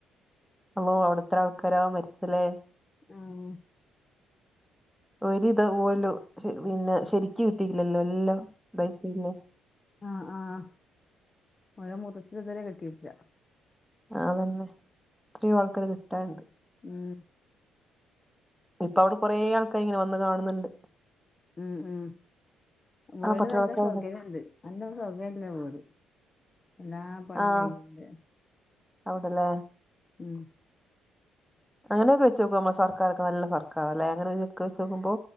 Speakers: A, in the centre; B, on the left.
A: അതും അവിടെ എത്ര ആൾക്കാരാ മരിച്ചല്ലേ.
B: ആഹ്
A: ഒരു ഇതാവൂലോ പിന്നെ ശരിക്ക കിട്ടിയില്ലല്ലോ അല്ലോ ഇതായി പോയില്ലേ.
B: ആഹ് ആഹ് ഓര് മുത്തച്ഛൻ ഇതുവരെ കിട്ടിയിട്ടില്ല.
A: അതെന്നെ എത്രയോ കിട്ടാനുണ്ട്.
B: ഉം
A: ഇപ്പ അവിടെ കുറെ ആൾക്കാർ ഇങ്ങനെ വന്ന് കാണുന്നുണ്ട്.
B: ഉം ഉം ഇവിടെ
A: ആഹ് പട്ടാളക്കാരുണ്ട്
B: നല്ല സൗകര്യമുണ്ട്, നല്ല സൗകര്യമുള്ള വീട്. എല്ലാ പണിയും
A: ആഹ്
B: കഴിഞ്ഞിട്ടുണ്ട്.
A: അവിടെല്ലേ
B: ഉം
A: അങ്ങനെയൊക്കെ വെച്ച് നോക്കുമ്പോ നമ്മടെ സർക്കാർ ഒക്കെ നല്ല സർക്കാർ അല്ലെ, അങ്ങനെ ലുക്ക്‌ വെച്ച് നോക്കുമ്പോ